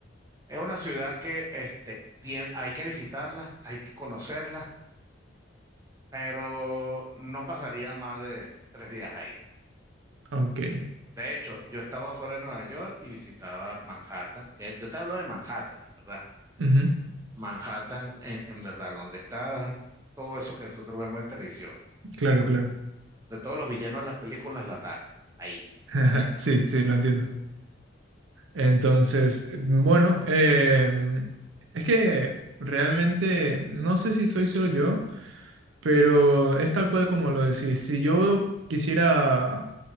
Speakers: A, on the right; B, on the right.
A: es una ciudad que este, tiene, hay que visitarla, hay que conocerla pero no pasaría más de tres días ahí.
B: Ok.
A: De hecho, yo estaba fuera de Nueva York y visitaba Manhattan. que Yo te hablo de Manhattan, en verdad.
B: Ujú.
A: Manhattan, en, en verdad, donde está todo eso que nosotros vemos en televisión.
B: Claro, claro.
A: De todos los villanos de las películas la atacan. Ahí.
B: <laughs>
A: Bien.
B: Sí, sí, lo entiendo. Entonces, bueno, em, es que realmente no sé si soy solo yo Pero es tal cual como lo decís. Si yo quisiera,